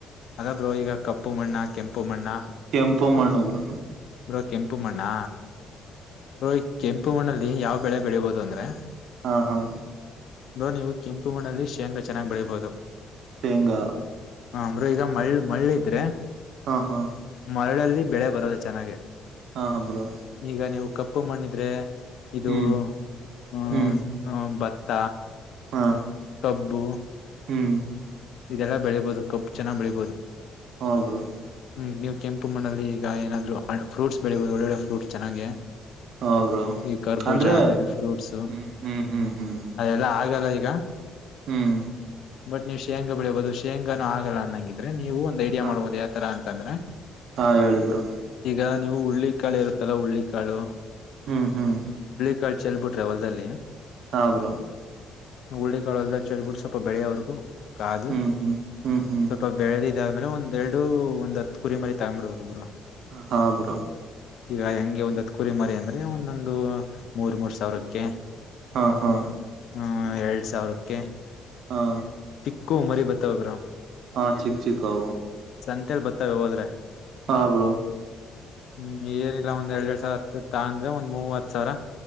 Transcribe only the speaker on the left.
ಅದಬ್್ರರು ಈಗ ಕಪ್ಪು ಮಣ್ಣ ಕೆಂಪು ಮಣ್ಣ
ಬ್ರೋ ಕೆಂಪು ಮಣ್ಣಾ ಬೋ ಕೆಂಪು ಮಣ್ಣಲ್ಲಿ ಯಾವ ಬೆಳೆ ಬೆಳಿಬಹದು ಅಂದ್ರೆ
ಬ್ರೋ ನೀವು ಕೆಂಪು ಮಣ್ಣಲ್ಲಿ ಶೇಂಗಾ ಚೆನ್ನಾಗಿ್ ಬೆಳೀಬಹುದು
ಹ ಅಂದರು ಈಗ ಮಳ್ಳ ಮಳ್ಳಿದ್ರೆ
ಮರಳಲ್ಲಿ ಬೆಳೆ ಬರದ ಚೆನ್ನಾಗೆ
ಈಗ ನೀವು ಕಪ್ಪು ಮಾಡಣಿದ್ರೆ ಇದು
ಹ
ಅ ಭತ್ತ
ಕಬ್ಬು
ಇದೆಲ್ಲ ಬೆಳಿಬಹುದು ಕಬ್ ಚನ್ನ ಬೆಳಿಬಹುದು
ಹ್ಮ್ ನೀವು ಕೆಂಪು ಮಣ್ಣಲ್ಲಿ ಈಗ ಏನಾದ್ರು ಫ್ರೂಟ್ಸ್ ಬೆಳಿಬಹುದು ಒಳ್ಳೊಳ್ಳೆ ಫ್ರೂಟ್ಸ್ ಚೆನ್ನೆ
ಈ ಕರ್ಬೂಜ
ಅ ಇದು ಫ್ರೂಟ್ಸ
ಅದೆಲ್ಲ ಆಗಲ್ಲ ಈಗ
ಬಟ್ ನೀವು್ ಶೇಂಗಾ ಬೆಳಿಬಹುದು ಶೇಂಗಾನು ಆಗಲ್ಲ ಅನ್ನಂಗಿದ್ರೆ ನೀವು ಒಂದ ಐಡಿಯಾ
ಮಾಡ್ಬಹದು ಯಾವ ತರ ಅಂತಂದ್ರೆ
ಈಗ ನೀವು ಹುಳ್ಳಿಿಕಾಳು ಇರುತ್ತಲ್ಲಾ ಉುರುಳ್ಳಿಿಕಾಳು
ಕಳ ಚೆಲ್ ಬಿಿಟ್ರೆ ಹೊಲ್ಲ್ಲಿ
ಉುಳ್ಳಿ ಕಾಳ ಎಲ್ಲ ಚೆಳ್ ಬಿಿಟ್ಟ ಸ್ವಲ್ಪ ಬೆಳೆಯೋವರ್ಗೂ ಕಾದು
ಸ್ವಲ್ಪ ಬೆಳೆದಿದ ಆಮೇಲೆ ಒಂದೆರಡು ಒಂದ್ ಹತ್ ಕುರಿ ಮರಿ ತಗ್ ಮಾಡ್ಡ್ಬೇಕು ರು
ಈಗ ಹೆಂಗೆ ಒಂದ್ತ್ ಕುರಿ ಮರಿ ಅಂದ್ರೆ ಒಂದೊಂದು ಮೂರ್ ಮೂರ್ ಸಾವಿರಕ್ಕೆ
ಹ್ಮ ಎರಡ್ ಸಾವಿರಕ್ಕೆ
ಚಕ್ಕು ಮರಿ ಬತ್ತ ಬ್ರ
ಸಂತೆಲ್ ಬರ್ತಾವ ಹೋದ್ರೆ
ಹ್ಮ್ ಏನಿಲ್ಲ ಒಂದ್ ಎರಡ್ ಎರಡ್ ಸಾವಿರ ಹತ್ತತ್ತ ಅಂದ್ರೆ ಒಂದ್ ಮೂವತ್ ಸಾವರ